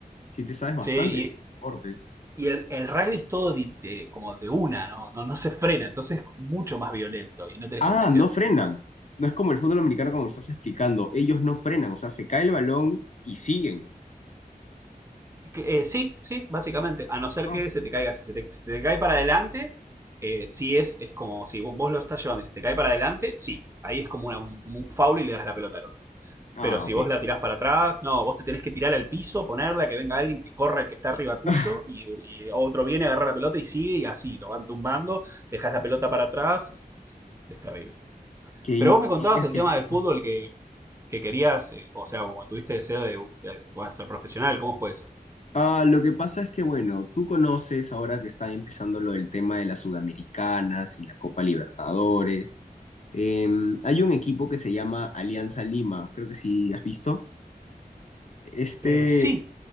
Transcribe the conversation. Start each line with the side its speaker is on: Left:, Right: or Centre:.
Left: si te sabes bastante
Right: Sí,
Left: de deportes.
Right: y, y el, el rugby es todo di- de- como de una, ¿no? No, no se frena, entonces es mucho más violento y no tenés
Left: Ah,
Right: protección.
Left: no frenan. No es como el fútbol americano como me estás explicando. Ellos no frenan, o sea, se cae el balón y siguen.
Right: Eh, sí, sí, básicamente. A no ser
Left: Ah,
Right: que
Left: su-
Right: se te caiga. Si se te, si se te cae para adelante, eh, sí es, es como si vos, vos lo estás llevando y se te cae para adelante, sí. Ahí es como, una, como un foul y le das la pelota al otro.
Left: ah,
Right: Pero si
Left: ok.
Right: vos la tirás para atrás, no, vos te tenés que tirar al piso, ponerla, que venga alguien que corra el que está arriba tuyo
Left: <laughs>
Right: y, y otro viene, agarra la pelota y sigue y así, lo van tumbando, dejas la pelota para atrás y es terrible.
Left: Qué, in-
Right: Pero vos me
Left: qué-
Right: contabas el
Left: qué
Right: tema
Left: loco.
Right: del fútbol que, que querías, eh, o sea, como tuviste deseo de, de, de, ser profesional, ¿cómo fue eso?
Left: Ah, lo que pasa es que, bueno, tú conoces ahora que está empezando lo del tema de las Sudamericanas y la Copa Libertadores. Em, hay un equipo que se llama Alianza Lima, creo que sí has visto. Este,
Right: Eh, sí,